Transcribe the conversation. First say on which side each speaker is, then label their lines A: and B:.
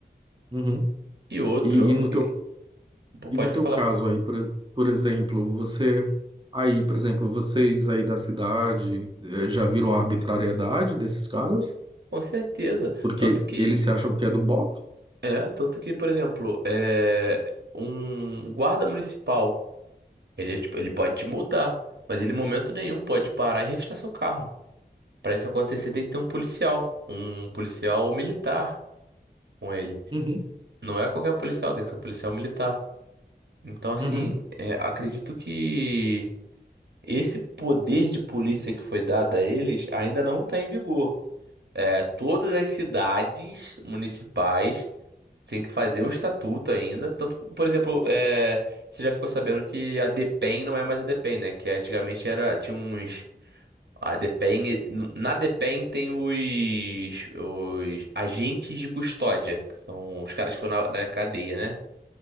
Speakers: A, on the right; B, on the right.
A: Uhum.
B: E outro
A: E, e no
B: que
A: teu
B: Pô,
A: E
B: pode
A: no teu
B: falar.
A: caso aí, por, ex- por exemplo, você aí, por exemplo, vocês aí da cidade eh, já viram a arbitrariedade desses caras?
B: Com certeza.
A: Porque
B: Tanto que,
A: eles se acham que é do BOP?
B: é, tanto que, por exemplo, é, um guarda municipal, ele, tipo, ele pode te multar, mas ele em momento nenhum pode parar e revistar seu carro. Para isso acontecer, tem que ter um policial, um policial militar com ele.
A: Uhum,
B: Não é qualquer policial, tem que ser um policial militar. Então, assim,
A: uhum,
B: é, acredito que esse poder de polícia que foi dado a eles ainda não está em vigor. É, todas as cidades municipais Tem que fazer um estatuto ainda. Tanto, por exemplo, é, você já ficou sabendo que a DEPEN não é mais a DEPEN, né? Que antigamente era, tinha uns. A DEPEN. Na DEPEN tem os, os agentes de custódia, que são os caras que foram na, na cadeia, né?